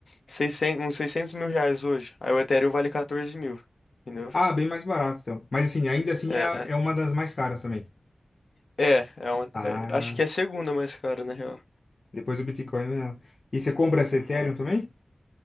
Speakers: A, on the left; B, on the left.
A: 600, uns seiscentos mil reais hoje. Aí o Ethereum vale 14 mil, entendeu?
B: Ah, bem mais barato, então. Mas assim, ainda assim
A: É,
B: é, é uma das mais caras também.
A: é, é uma-
B: Ah.
A: é, acho que é a segunda mais cara, na real.
B: Depois o Bitcoin vem ela. E você compra essa
A: Aham.
B: Ethereum também?